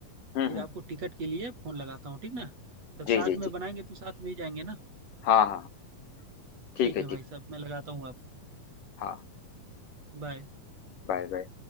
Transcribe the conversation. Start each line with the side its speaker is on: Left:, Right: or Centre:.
Left: हम्म
Right: फिर
Left: हम्म
Right: आपको टिकट के लिए फोन लगाता हूँ ठीक ना तब
Left: जी
Right: साथ
Left: जी
Right: में
Left: जी
Right: बनाएंगे तो साथ में ही जाएंगे ना
Left: हाँ हाँ हाँ.
Right: ठीक
Left: ठीक है
Right: है भाई
Left: ठीक
Right: साहब मैं लगाता हूँ आपको
Left: हाँ
Right: बाय
Left: Bye bye